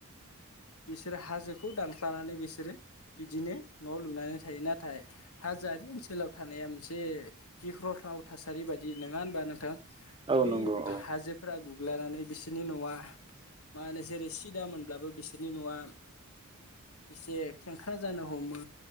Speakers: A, on the left; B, on the right.
A: बिसोरो हाजोखौ दानस्लानानै बिसोरो बिदिनो न' लुनानै थायो नाथाय हाजोआारि ओनसोलाव थानाया मोनसे गिख्रंथाव थासारि बादि नङा होनबा नोंथां।
B: औ
A: बेै
B: नंगौ औ
A: हाजो फोर्रा गुग्लानानै बिसोरनि न'आ मा होनो जेरै सिदा मोनब्लाबो बिसोरनि न'आ एसे खेंख्रा जानो हमो